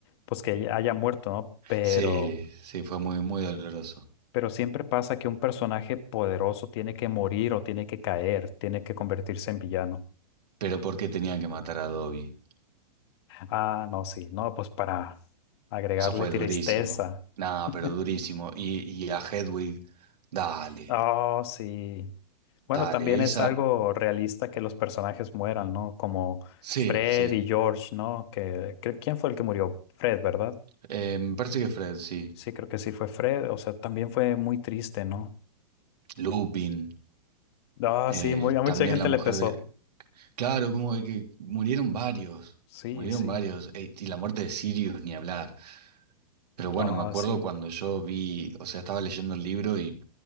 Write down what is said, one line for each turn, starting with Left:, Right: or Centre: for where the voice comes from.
Left: pues que haya muerto, ¿no? Pero...
Right: Sí, sí, fue muy, muy doloroso.
Left: Pero siempre pasa que un personaje poderoso tiene que morir o tiene que caer, tiene que convertirse en villano.
Right: Pero ¿por qué tenían que matar a Dobby?
Left: Ah, no, sí, no, pues para agregarle
Right: Eso fue
Left: tristeza.
Right: durísimo. Nada,
Left: <laughs>
Right: pero durísimo. Y, y a Hedwig, dale,
Left: Oh, sí. Bueno,
Right: dale,
Left: también es
Right: esa.
Left: algo realista que los personajes mueran, ¿no? Como
Right: Sí,
Left: Fred
Right: sí.
Left: y George, ¿no? Que, que- ¿quién fue el que murió? Fred, ¿verdad?
Right: Eh, me parece que Fred, sí.
Left: Sí, creo que sí fue Fred. O sea, también fue muy triste, ¿no?
Right: Lupin,
Left: Ah,
Right: eh,
Left: sí, muy, a mucha
Right: también
Left: gente
Right: la mujer
Left: le pesó.
Right: de. Claro, como que murieron varios.
Left: Sí,
Right: Murieron
Left: sí.
Right: varios. Eh, y la muerte de Sirius, ni hablar. Pero bueno,
Left: Ah,
Right: me acuerdo
Left: sí.
Right: cuando yo vi, o sea, estaba leyendo el libro y,